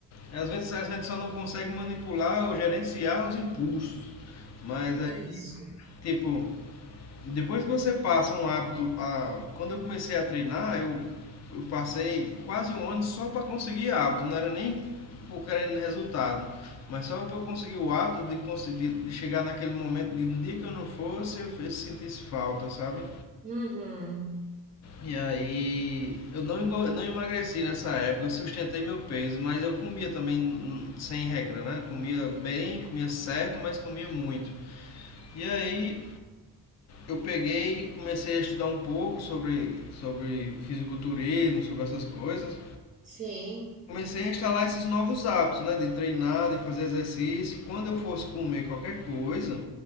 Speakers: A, on the left; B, on the right.
A: às vezes a gente só não consegue manipular ou gerenciar os impulsos, mas
B: Isso.
A: Tipo, depois que você passa um hábito. A... Quando eu comecei a treinar, eu, eu passei quase um ano só para conseguir hábito, não era nem por querendo resultado. Mas só para conseguir o hábito de conseguir de chegar naquele momento de no dia que eu não fosse, eu fiz- sentisse falta, sabe?
B: Uhum.
A: E aí eu não, não emagreci nessa época, eu sustentei meu peso, mas eu comia também hum, sem regra, né? Comia bem, comia certo, mas comia muito. E aí eu peguei, e comecei a estudar um pouco sobre, sobre fisiculturismo, sobre essas coisas.
B: Sim,
A: Comecei a instalar esses novos hábitos, né? De treinar, de fazer exercício. E quando eu fosse comer qualquer coisa,